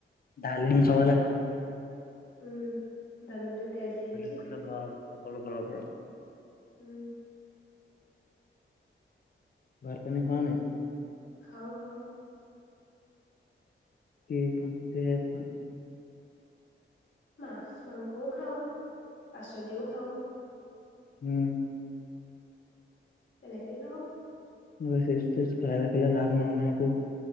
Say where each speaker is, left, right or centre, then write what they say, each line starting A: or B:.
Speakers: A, on the left; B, on the left.
A: ডালিম খাব লাগে মানুহ।
B: উম' ডালিমটোৱে তেজ দিয়ে
A: ডালিম
B: নেকি?
A: খালে ভাল সকলো ফালৰ পৰা।
B: উম
A: ভাত পানী খাওঁ নাই?
B: খাওঁ খাওঁ
A: কিখন সখন <inaudible>
B: মাছ মাংসও খাওঁ, পাচলিও খাওঁ।
A: উম
B: তেনেকেই খাওঁ।
A: এইবোৰ চিপছ টিপছ খাই থাকিলে লাভ নহয় নাই একো